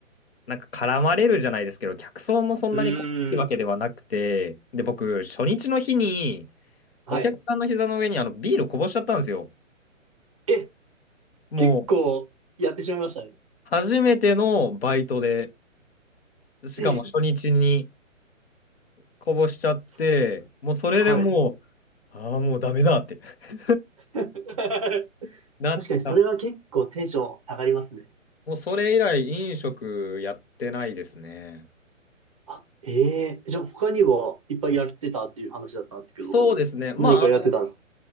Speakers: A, on the left; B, on the right.
A: なんか絡まれるじゃないですけど、客層もそんなにこういいわけではなくて、
B: うーん。
A: で、僕、初日の日に、
B: はい。
A: お客さんの膝の上にあのビールこぼしちゃったんですよ。
B: え、
A: もう、
B: 結構やってしまいましたね。
A: 初めてのバイトで、しかも初日に
B: え、
A: こぼしちゃって、
B: す
A: もうそれでも
B: はい。
A: う、ああ、もうダメだって <laughs>
B: <laughs> 確か
A: なった。
B: にそれは結構テンション下がりますね。
A: もうそれ以来、飲食やってないですね。
B: あ、ええじゃあ他にはいっぱいやってたっていう話だったんですけど、
A: そうですね。まあ、
B: 何かやってたんです
A: あの、